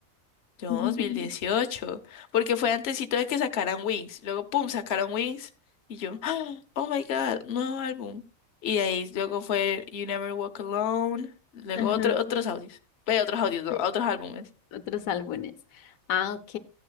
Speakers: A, on the left; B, on the left.
A: No,
B: <laughs>
A: dos mil dieciocho porque fue antesito de que sacaran Wings, luego pum, sacaron Wings y yo, ¡ah! oh my God, nuevo álbum. Y de ahí luego fue You Never Walk Alone, luego
B: Ajá.
A: otro, otros audios, ve otros audios, no,
B: sí.
A: otros álbumes.
B: Otros álbumes. Ah, ok.